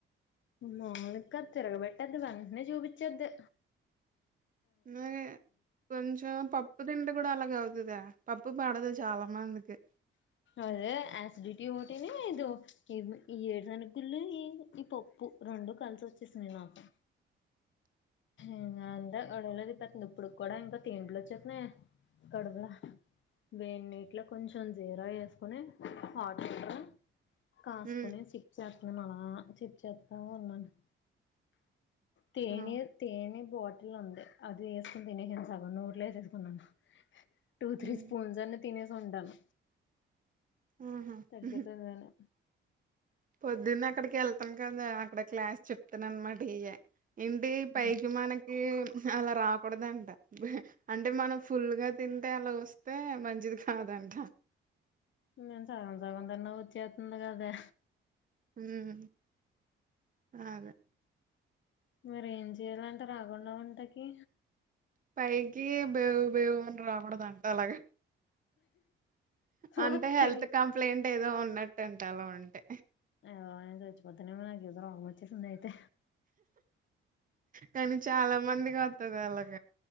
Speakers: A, on the left; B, on the right.
A: నాలుక తిరగ పెట్టేతది అన్నింటినీ చూపిచ్చద్దు
B: మ్మ్ కొంచం పప్పు తంట కూడా అలాగ అవుతుదా పప్పు పడదు చాలా మందికి
A: అదే అసిడిటీ ఓటీను డు <unintelligible> ఈ ఏడు శనగులు <unintelligible> ఈ పప్పు రెండు కలిసిఒచ్చేసింది మాకు ఇంగ అంతే <unintelligible> ఇప్పుడు కూడా ఇంకా తెంపులు వచ్చేత్తున్నాయి కడువులో వేన్నిట్లో కొంచెం చే ల వేసుకొని హట్ వాటర్ కాసుకొని
B: హ్మ్.
A: సిప్ చేస్తున్నాం అలా ఇచ్చేత్త ఉన్నాను తేనె
B: ఆ
A: తేనె బాటిల్ ఉంది అది వేసుకుని తినేసను సగం నోట్లో వేసుకున్నాను టూ
B: హ్మ్
A: త్రీ స్పూన్సన్న తినేస్ ఉంటను
B: ఆహ హ్మ్
A: తగ్గుతుందని
B: హు పొద్దున్న అక్కడికి వెళ్ళ త్తం కదా అక్కడ క్లాస్ చెప్తున్నా అనమాట ఇగ ఇంటి పైకి
A: ఇంక
B: మనకి అలా రాకూడదంట అంటే మనం ఫుల్ గా తిని అంటే అలా వస్తే మంచిది కాదంట
A: న సగం సగంసగంతిన్న వచ్చేస్తుంది కదే
B: హమ్ అదే
A: మీరు ఏం చెయ్యాలంట రాకుండా వంటకి
B: పైకి బేవు బేవుని రాకుద్దంట అలాగ
A: వత్తయ్
B: అంటే హెల్త్ కంప్లైంట్ ఏదో ఉన్నట్టంట అలా ఉంటే
A: అయ చచ్చిపోతనేమో నాకు ఏదో రోగం వచ్చేసిందైతే
B: కానీ చాలా మందిగా వత్తది అలాగ